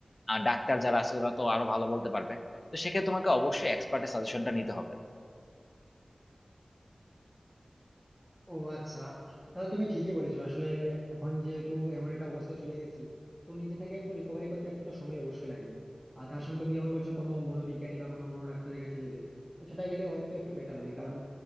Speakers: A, on the left; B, in the centre.
A: আর ডাক্তার যারা আছে ওরা তো আরো ভালো বলতে পারবে তো সেক্ষেত্রে তোমাকে অবশ্যই এক্সপার্টের সাজেশনটা নিতে হবে
B: ও আচ্ছা তাহলে তুমি ঠিকই বলেছো আসলে এখন যেহেতু এমন একটা অবস্থা চলে গেছি তো নিজে থেকে একটু রিকভারি করতে একটু তো সময় অবশ্যই লাগবে আর তার সঙ্গে তুমি যখন বলছো কোনো মনোবিজ্ঞানী বা কোনো মনোডাক্তারের কাছে যেতে তো সেটা গেলে হয়তো একটু বেটার হবে কারণ